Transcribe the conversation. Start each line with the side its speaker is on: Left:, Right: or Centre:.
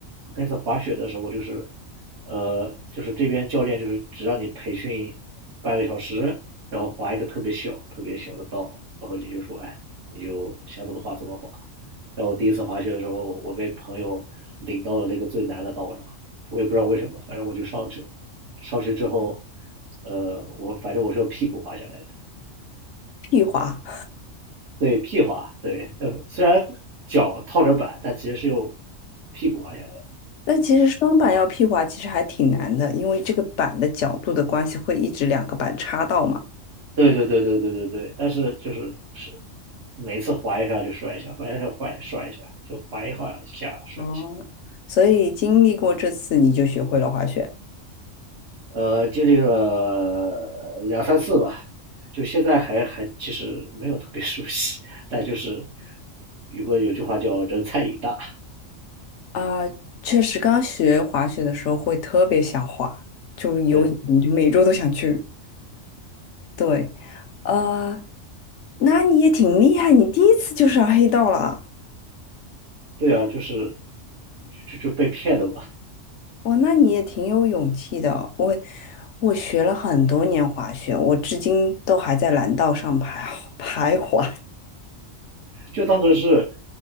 Right: 我开始滑雪的时候，我就是，呃，就是这边教练就是只让你培训半个小时，然后滑一个特别小特别小的道，然后你就说，哎，你就想怎么滑怎么滑。然后我第一次滑雪的时候，我我被朋友领到了那个最难的道上，我也不知道为什么，反正我就上去了。上去之后，呃，我反正我是用屁股滑下来的，
Left: 屁滑。
Right: 对，屁滑，对，呃，虽然脚套着板，但其实是用屁股滑下来的。
Left: 但其实双板要屁滑其实还挺难的，因为这个板的角度的关系会一直两个板插到嘛。
Right: 对对对对对对对，但是就是是每次滑一下就摔一下，反正下坏摔一下，就滑一滑下摔一下。
Left: 哦，所以经历过这次，你就学会了滑雪
Right: 呃，经历了两三次吧，就现在还还其实没有特别 <laughs> 熟悉，但就是有个有句话叫“人菜瘾大”，
Left: 啊。确实，刚学滑雪的时候会特别想滑，就有瘾，
Right: 对
Left: 就每周都想去。对，呃，那你也挺厉害，你第一次就上黑道了啊，
Right: 对啊，就是就就被骗的嘛。
Left: 哇，那你也挺有勇气的。我我学了很多年滑雪，我至今都还在蓝道上徘 <laughs> 徘徊。
Right: 就当时是，